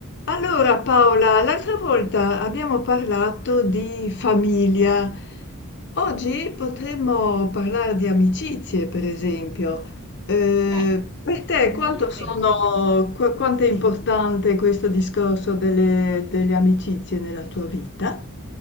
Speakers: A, on the left; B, on the right.
A: Allora Paola, l'altra volta abbiamo parlato di famiglia. Oggi potremmo parlare di amicizie, per esempio. Eh,
B: Eh,
A: per te
B: un
A: quanto
B: bel
A: sono,
B: tema.
A: qu- quanto è importante questo discorso delle, delle amicizie nella tua vita?